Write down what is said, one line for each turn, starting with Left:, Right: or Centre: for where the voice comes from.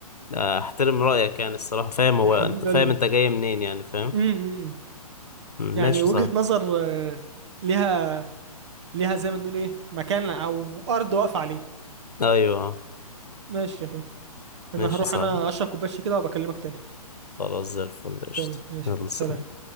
Left: آه، احترم رأيك يعني الصراحة فاهم هو
Right: يا حبيب
Left: انت فاهم
Right: قلبي
Left: انت جاي منين يعني فاهم
Right: امم
Left: مم،
Right: يعني
Left: ماشي
Right: وجهة
Left: صح
Right: نظر آه، ليها ليها زي ما نقول ايه مكان او ارض واقفة عليه
Left: ايوه
Right: ماشي يا اخويا انا
Left: ماشي
Right: هروح
Left: صح
Right: انا اشرب كوبايه كده وبكلمك تاني
Left: خلاص زي الفل قشطة
Right: تاني ماشي
Left: يلا
Right: يا أخويا، سلام
Left: سلام